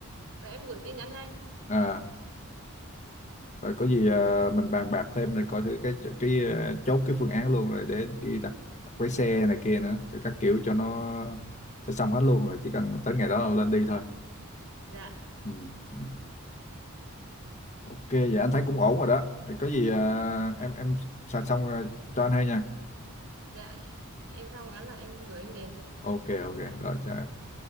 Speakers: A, on the right (about 70°); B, on the left (about 30°).
A: rồi em gửi tin nhắn cho anh
B: à rồi có gì ờ, mình bàn bạc thêm rồi coi thử cái cái ờ, chốt cái phương án luôn rồi để đi đặt đặt vé xe này kia nữa cho các kiểu cho nó cho xong hết luôn rồi chỉ cần tới ngày đó là lên đi thôi
A: dạ
B: ừ. ừ. ok vậy anh thấy cũng ổn rồi đó thì có gì ờ, em em soạn xong rồi cho anh hay nha
A: dạ em xong cái là em gửi anh liền
B: ok ok rồi chào em